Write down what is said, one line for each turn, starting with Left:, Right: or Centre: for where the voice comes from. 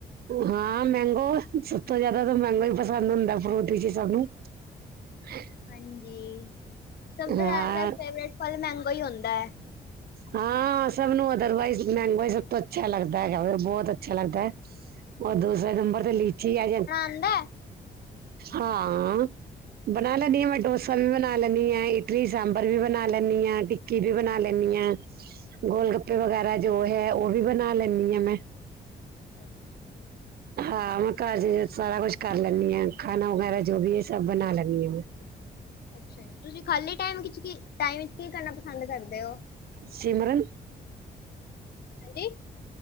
Right: ਹਾਂ ਮੈਂਗੋ, ਸਭ ਤੋਂ ਜ਼ਿਆਦਾ ਤਾਂ ਮੈਂਗੋ ਹੀ ਪਸੰਦ ਹੁੰਦਾ ਫਰੂਟੀ ਚ ਸਭ ਨੂੰ ਹ
Left: ਹਾਂਜੀ, ਸਭ ਤੋਂ
Right: ਹਾਂ
Left: ਜ਼ਿਆਦਾ ਫੇਵਰਟ ਫਲ ਮੈਂਗੋ ਹੀ ਹੁੰਦਾ ਹੈ।
Right: ਹਾਂ, ਸਭ ਨੂੰ ਅਦਰਵਾਈਜ਼ ਮੈੰਗੋ ਹੀ ਸਭ ਤੋੰ ਅੱਛਾ ਲੱਗਦਾ ਹੈਗਾ ਬਹੁਤ ਅੱਛਾ ਲੱਗਦਾ। ਉਹ ਦੂਸਰੇ ਨੰਬਰ ਤੇ ਲੀਚੀ ਆ ਜਾ
Left: ਹੁੰਦੈ।
Right: ਹਾਂ, ਬਣਾ ਲੈਂਨੀ ਆ ਮੈਂ ਡੋਸਾ ਵੀ ਬਣਾ। ਬਣਾ ਲੈਨੀਂ ਹਾਂ ਇਟਲੀ ਸਾਂਬਰ ਵੀ ਬਣਾ ਲੈਨੀਂ ਹਾਂ ਟਿੱਕੀ ਵੀ ਬਣਾ ਲੈਨੀਂ ਹਾਂ। ਗੋਲ ਗੱਪੇ ਵਗੈਰਾ ਜੋ ਹੈ, ਉਹ ਵੀ ਬਣਾ ਲੈਂਦੀ ਆਾਂ ਮੈਂ।
Left: ਅਕੇ।
Right: ਹਾਂ ਮੈਂ ਘਰ ਚ ਸਾਰਾ ਕੁਛ ਕਰ ਲੈਨੀ ਹਾਂ ਖਾਣਾ ਵਗੈਰਾ ਜੋ ਵੀ ਹੈ ਸਭ ਬਣਾ ਲੈਨੀ ਹਾਂ ਮੈਂ।
Left: ਅੱਛਾ ਜੀ, ਤੁਸੀਂ ਖਾਲੀ ਟਾਈਮ ਵਿੱਚ ਕੀ ਟਾਈਮ ਵਿੱਚ ਕੀ ਕਰਨਾ ਪਸੰਦ ਕਰਦੇ ਹੋ?
Right: ਸਿਮਰਨ।
Left: ਹਾਂਜੀ